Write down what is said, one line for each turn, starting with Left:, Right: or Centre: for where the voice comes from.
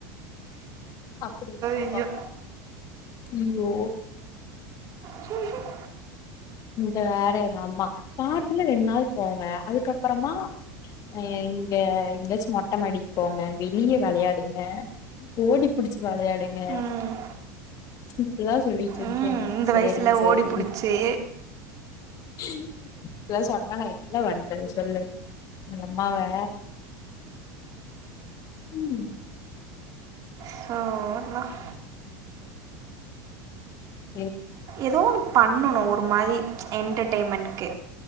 Left: அப்பிடி இருக்கறமாம்மா
Right: ஐயோ
Left: நம்ம அய்யோ
Right: சஹும்
Left: இங்க வேற எங்க அம்மா வாரத்துல ரெண்ட் நாள் போங்க அதுக்கப்புறமா ஆ இங்க எங்காச்சு மொட்ட மாடிக்கு போங்க வெளிய வெளையாடுங்க ஓடி புடிச்சு வெளையாடுங்க
Right: ம்,
Left: இப்டிலா சொல்லிட்டு இருந்துச்சு
Right: ம்,
Left: எங்கம்மா
Right: இந்த
Left: சேரி
Right: வயசில்
Left: சேரி
Right: ஓடி பிடிச்சி
Left: இப்பிடிலா சொன்னா நா என்ன பண்றது சொல்லி எங்கம்மாவ ம்
Right: ஸோ அதெல்லாம்
Left: டுப்
Right: எதோ ஒன்னு பண்ணணு ஒரு மாரி என்டர்டைமெண்ட் க்கு